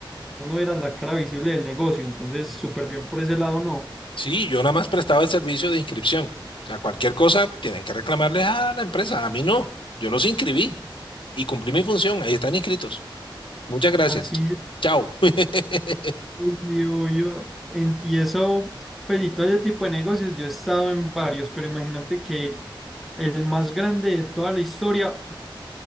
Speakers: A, in the centre; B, on the left.
A: no eras la cara visible del negocio, entonces súper bien por ese lado, no.
B: Sí, yo nada más prestaba el servicio de inscripción. O sea, cualquier cosa tienen que reclamarles a la empresa, a mí no. Yo los inscribí y cumplí mi función, ahí están inscritos. Muchas gracias.
A: Así
B: Chao. <laughs>
A: es, digo yo, en- y eso, pues y todo ese tipo de negocios, yo he estado en varios, pero imagínate que el más grande de toda la historia